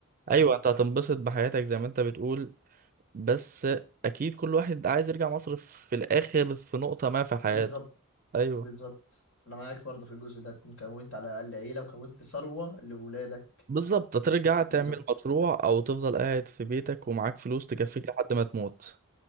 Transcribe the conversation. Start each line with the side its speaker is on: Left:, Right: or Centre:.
Left: امم
Right: ايوه انت هتنبسط بحياتك زي ما انت بتقول بس اكيد كل واحد عايز يرجع مصر في الاخر في نقطه ما في حياته
Left: بالظبط
Right: ايوه
Left: بالظبط انا معاك برضه في الجزء ده تكون كونت على الاقل عيله وكونت ثروه لاولادك
Right: بالظبط ترجع تعمل
Left: بالظبط
Right: مشروع او تفضل قاعد في بيتك ومعاك فلوس تكفيك لحد ما تموت